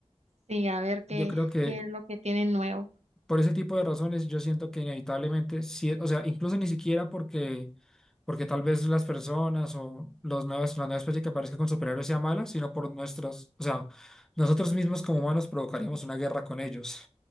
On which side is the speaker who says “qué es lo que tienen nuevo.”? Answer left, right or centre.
Right